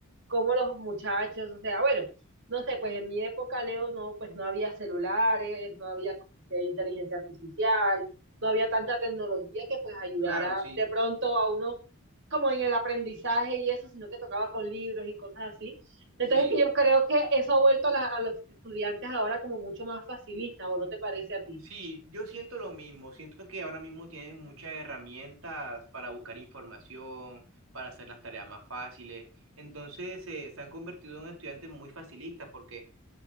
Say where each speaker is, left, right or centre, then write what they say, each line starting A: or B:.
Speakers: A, on the right (about 60°); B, on the right (about 75°).
A: cómo los muchachos, o sea, bueno, no sé, pues en mi época, Leo, no, pues no había celulares, no había como que inteligencia artificial, no había tanta tecnología que pues ayudara
B: Claro, sí.
A: de pronto a uno como en el aprendizaje y eso, sino que tocaba con libros y cosas así. Entonces
B: Sí.
A: que yo creo que eso ha vuelto a, la- a los estudiantes ahora como mucho más facilistas, ¿o no te parece a ti?
B: Sí, yo siento lo mismo, siento que ahora mismo tienen muchas herramientas para buscar información, para hacer las tareas más fáciles, entonces eh, se han convertido en estudiantes muy facilistas porque,